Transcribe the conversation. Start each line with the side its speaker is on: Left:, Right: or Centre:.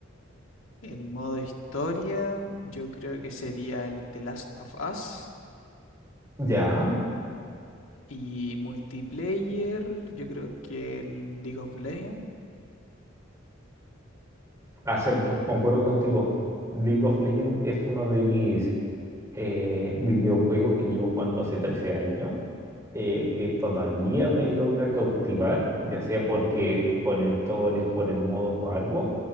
Left: el modo historia yo creo que sería el The Last of Us
Right: Ya.
Left: y multiplayer, yo creo que el League of Legends.
Right: Acepto, concuerdo contigo. League of Legends es uno de mis eh, videojuegos que llevo jugando hace 13 años. eh, que todavía me logra cautivar, ya sea porque por en historias, por el modo o algo,